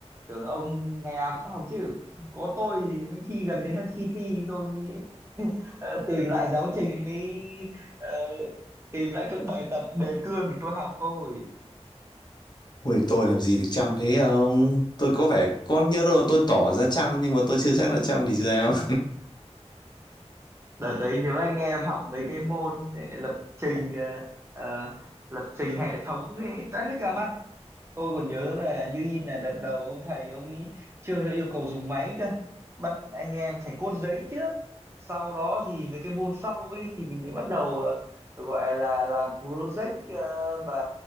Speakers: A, on the right; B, on the left.
A: tưởng ông ngày nào cũng học chứ có tôi thì mấy khi gần đến là thi thi tôi mới <laughs> ờ, tìm lại giáo trình mới ờ, tìm lại các bài tập đề cương để tôi học thôi
B: ui tôi làm gì được chăm thế không? tôi có vẻ có nhớ đâu tôi tỏ ra chăm nhưng mà tôi chưa chắc đã chăm thì sao
A: đợt đấy nhớ anh em học mấy cái môn ờ, lập trình ờ, ờ, lập trình hệ thống ấy toán hết cả mặt tôi còn nhớ là như in là đợt đầu ông thầy ông ấy chưa đã yêu cầu dùng máy cơ bắt anh em phải cốt giấy trước sau đó thì mấy cái môn sau ấy thì mình mới bắt đầu ờ, gọi là làm project ờ, và